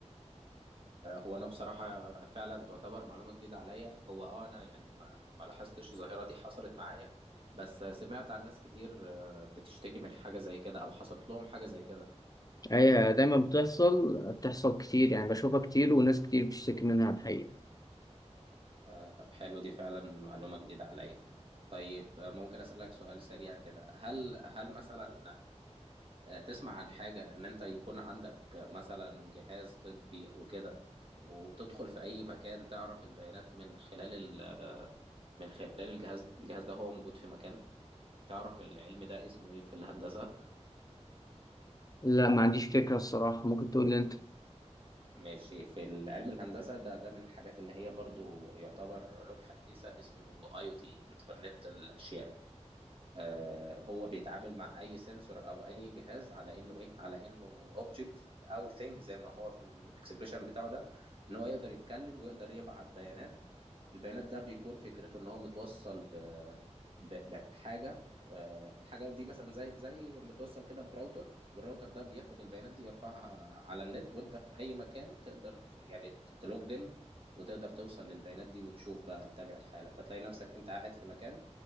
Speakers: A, on the right; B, on the left.
A: هو انا بصراحه فعلا تعتبر معلومه جديده عليا هو اه انا يعني ما ما لاحظتش الظاهره دي حصلت معايا بس سمعت عن ناس كتير آه، بتشتكي من حاجه زي كده او حصلت لهم حاجه زي كده
B: هي دايما بتحصل بتحصل كتير يعني بشوفها كتير وناس كتير بتشتكي منها الحقيقه
A: آه، طب حلو دي فعلا معلومه جديده عليا طيب آه، ممكن اسالك سؤال سريع كده هل هل مثلا آه، تسمع عن حاجه ان انت يكون عندك مثلا جهاز طبي وكده وتدخل في اي مكان تعرف البيانات من خلال ال- آه، من خلال الجهاز الجهاز ده هو موجود في مكان تعرف العلم ده اسمه ايه في الهندسة
B: لا ما عنديش فكره الصراحه ممكن تقول لي انت
A: ماشي في علم الهندسة ده ده من الحاجات اللي هي برضو يعتبر علوم حديثة اسمه اي او تي انترنت الاشياء آه، هو بيتعامل مع اي سنسور او اي جهاز على انه ايه على انه اوبجكت او ثينج زي ما هو في الاكسبريشن بتاعه ده ان هو يقدر يتكلم ويقدر يبعت بيانات البيانات ده بيكون فكرته ان هو متوصل ب ب- بحاجه آه، الحاجه دي مثلا زي زي متوصل كده براوتر والراوتر ده بياخد البيانات دي يرفعها على النت وانت في اي مكان تقدر ت- يعني تلوجن وتقدر توصل للبيانات دي وتشوف بقى تتابع الحاله فتلاقي نفسك انت قاعد في مكان